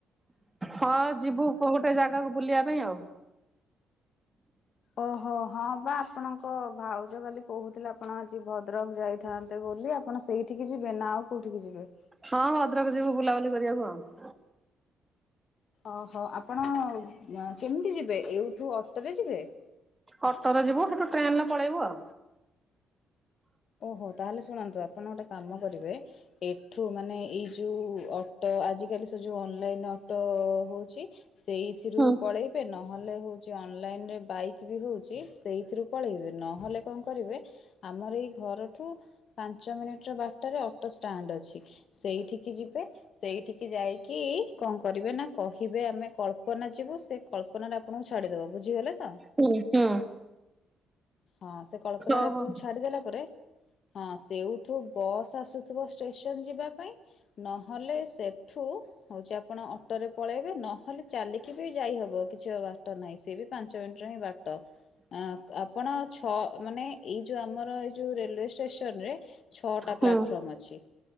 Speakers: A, on the right; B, on the left.
A: ହଁ ଯିବୁ ପୁ ଗୋଟେ ଜାଗାକୁ ବୁଲିବା ପାଇଁ ଆଉ
B: ଓହୋ ହଁ ବା ଆପଣଙ୍କ ଭାଉଜ କାଲି କହୁଥିଲେ ଆପଣ ଆଜି ଭଦ୍ରକ ଯାଇଥାନ୍ତେ ବୋଲି ଆପଣ ସେଇ ଏଠିକି ଯିବେ ନା ଆଉ କେଉଁଠିକି ଯିବେ?
A: ହଁଁ ଭଦ୍ରକ ଯିବୁ ବୁଲାବୁଲି କରିବାକୁ ଆଉ
B: ଅହୋ ଆପଣ କେମିତି ଯିବେ ଏଉଠୁ ଅଟୋରେ ଯିବେ
A: ଅଟୋରେ ଯିବୁ ସେଠୁ ଟ୍ରେନରେ ପଳେଇବୁ ଆଉ।
B: ଓହୋ ତାହେଲେ ଶୁଣନ୍ତୁ ଆପଣ ଗୋଟେ କାମ କରିବେ ଏଠୁ ମାନେ ଏଇ ଯେଉଁ ଅଟୋ ଆଜିକାଲି ସେ ଯେଉଁ ଅନଲାଇନ୍ ଅଟୋ ହେଉଛି। ସେଇଥିରୁ
A: ହୁଁ
B: ପଳେଇବେ ନହେଲେ ହଉଛି ଅନଲାଇନରେ ବାଇକ୍ ବି ହଉଛି ସେଇଥିରୁ ପଳେଇବେ ନହେଲେ କଣ କରିବେ ଆମର ଏଇ ଘରଠୁ ପାଞ୍ଚ ମିନିଟ ର ବଟାରେ ଅଟୋ ଷ୍ଟାଣ୍ଡ ଅଛି ସେଇଠିକି ଯିବେ। ସେଇଠିକି ଯାଇକି କଣ କରିବେ ନା କହିବେ ଆମେ କଳ୍ପ କଳ୍ପନା ଯିବ ସେ କଳ୍ପନାାରେ ଆପଣଙ୍କୁ ଛାଡ଼ିଦେବ ବୁଝିଗଲେ ତ
A: ହୁଁ ହୁଁ।
B: ହଁ ସେ କଳ୍ପନା
A: ଓହୋ
B: ରାପଙ୍କୁ ଛାଡିଦେଲା ପରେ ହଁ ସେଉଠୁ ବସ୍ ଆସୁଥିବ ଷ୍ଟେସନ ଯିବା ପାଇଁ। ନହେଲେ ସେଠୁ ହଉଛି ଆ ଆପଣ ଅଟୋରେ ପଳେଇବେ ନହେଲେ ଚାଲିକି ବି ଯାଇହେବ କିଛି ବା-ବାଟ ନାହିଁ ସିଏ ବି ପାଞ୍ଚ ମିନିଟରେ ହିଁ ବା ଟି ଆଁ ଆପଣ ଛଅ ମାନେ ଏଇ ଯୋଉ ଆମର ଏ ଯଉ ରେଲୱେ ଷ୍ଟେସ ନ ରେ ଛ ଟା
A: ହୁଁ
B: ପ୍ଲାଟଫର୍ମ ଅଛି